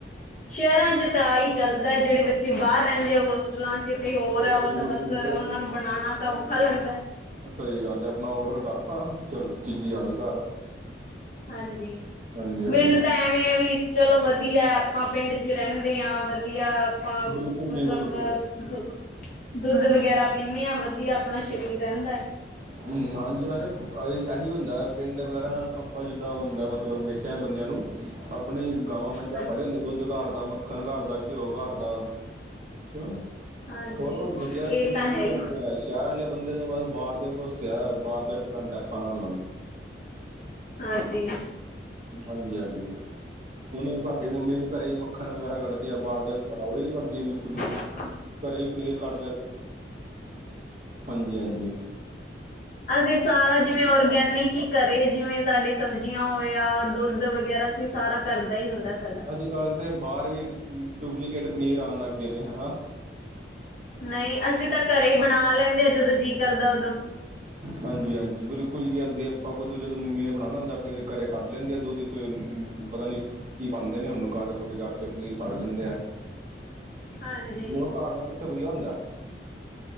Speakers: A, on the left; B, on the right.
A: ਸ਼ਹਿਰਾਂ 'ਚ ਤਾਂ ਆ ਈ ਚੱਲਦਾ ਜਿਹੜੇ ਬੱਚੇ ਬਾਹਰ ਰਹਿੰਦੇ ਆ ਉਹ। ਹੋਟਲਾਂ 'ਚ ਤੇ ਹੋਰ ਉਹ
B: ਤੇ ਬਿਲਕੁਲ
A: ਤਾਂ ਬਸ ਉਹਨਾਂ ਨੂੰ ਬਣਾਉਣ ਤਾਂ ਔਖਾ ਲੱਗਦਾ।
B: ਸਈ ਗੱਲ ਆਪਣਾ ਓਡਰ ਕਰਤਾ ਚੱਲ ਚੀਜੀ ਆਗੀ ਘਰ।
A: ਹਾਂਜੀ,
B: ਹਾਂਜੀ ਹਾਂਜੀ
A: ਮੈਨੂੰ ਤਾਂ, ਐਵੇਂ ਆ ਵੀ। ਚਲੋ, ਵਧੀਆ ਆਪਾਂ ਪਿੰਡ ਚ ਰਹਿੰਦੇ ਹਾਂ, ਵਧੀਆ ਆਪਾਂ,
B: ਬਿਲਕੁਲ
A: ਮਤਲਬ।
B: ਜੀ ਬਿਲਕੁਲ
A: ਦੁੱਧ ਵਗੈਰਾ, ਪੀਂਦੇ ਹਾਂ, ਵਧੀਆ ਆਪਣਾ ਸਰੀਰ ਰਹਿੰਦਾ ਹੈ।
B: ਹਮ, ਹਾਂਜੀ, ਯਾਰ ਇਹੀ ਹੁੰਦਾ ਪਿੰਡ ਵਗੈਰਾ ਆਪਾਂ ਜਿੱਦਾਂ ਹੁੰਦਾ ਮਤਲਬ ਵੇਖਿਆ। ਕ ਬੰਦਿਆਂ ਨੂੰ, ਆਪ ਆਪਣੀਆ, ਗਾਵਾਂ ਮੱਝਾਂ
A: ਹਾਂਜੀ
B: ਪਾਲੀਆ ਹੁੰਦੀ ਆ, ਦੁੱਧ ਘਰ ਦਾ, ਮੱਖਣ ਘਰ ਦਾ, ਘਿਓ ਘਰ ਦਾ। ਕਿਉਂ,
A: ਹਾਂਜੀ
B: ਹੋਰ ਵਧੀਆ,
A: ਇਹ
B: ਚੁਸਤੀ
A: ਤਾਂ ਹੈ
B: ਰਹਿੰਦੇ
A: ਹੀ
B: ਆ, ਸ਼ਹਿਰ ਵਾਲੇ ਬੰਦੇ ਦੇ, ਬਸ ਬਰ ਦੇ ਭਰੋਸੇ। ਕਿਆ ਬਾਹਰ ਦਾ, ਡਿਪੈਂਡ ਹੈ, ਖਾਣਾ ਉਹਨਾਂ ਨੂੰ।
A: ਹਾਂਜੀ,
B: ਹਾਂਜੀ, ਹਾਂਜੀ। ਉਹਨੂੰ, ਸਾਡੀ ਮੰਮੀ ਵੀ ਘਰੇ ਮੱਖਣ ਵਗੈਰਾ ਕੱਢਦੀ ਆ। ਬਾਹਰ ਦਾ ਅਲਾਊਡ ਹੀ ਨੀ ਕਰਦੀ, ਬਿਲਕੁਲ ਵੀ।
A: ਹਮ।
B: ਘਰੇ ਪਨੀਰ ਕੱਢ ਲਿਆ ਨਾਲ, ਹਾਂਜੀ-ਹਾਂਜੀ।
A: ਅਸੀਂ ਸਾਰਾ ਜਿਵੇਂ ਔਰਗੈਨਿਕ ਈ ਘਰੇ ਜਿਵੇਂ ਸਾਡੇ ਸਬਜ਼ੀਆਂ ਹੋਵੇ ਆ, ਦੁੱਧ ਵਗੈਰਾ ਸੀ ਸਾਰਾ ਕਰਦਾ ਹੀ ਹੁੰਦਾ। ਸਾਡਾ
B: ਅੱਜ-ਕੱਲ੍ਹ ਦੇ ਬਾਹਰ ਵੀ ਡੁਪਲੀਕੇਟ ਪਨੀਰ ਆਣ ਲੱਗ ਗਏ ਨੇ ਹੈਨਾ।
A: ਨਹੀਂ, ਅਸੀਂ ਤਾਂ ਘਰੇ ਹੀ ਬਣਾ ਲੈਂਦੇ ਆ, ਜਦੋਂ ਜੀਅ ਕਰਦਾ ਉਦੋਂ
B: ਹਾਂਜੀ-ਹਾਂਜੀ ਬਿਲਕੁਲ ਜੀ ਅਸੀ ਆਪਾਂ ਖੁਦ ਜਦੋਂ ਮੰਮੀ ਨੇ ਬਣਾਣਾ ਹੁੰਦਾ ਫੇਰ ਘਰੇ ਕੱਢ ਲੈਂਦੇ ਆ ਦੁੱਧ ਚ ਅ ਪਤਾ ਨੀ ਕੀ ਪਾਂਦੇ ਨੇ, ਉਹਨੂੰ ਕੱਢ ਕੁੱਢ ਕੇ ਆਪੇ ਪਨੀਰ ਕੱਢ ਲੈਂਦੇ ਆ।
A: ਹਾਂਜੀ-ਹਾਂਜੀ,
B: ਉਹ ਘਰ ਦਾ ਸਭ ਤੋਂ ਵਧੀਆ ਹੁੰਦਾ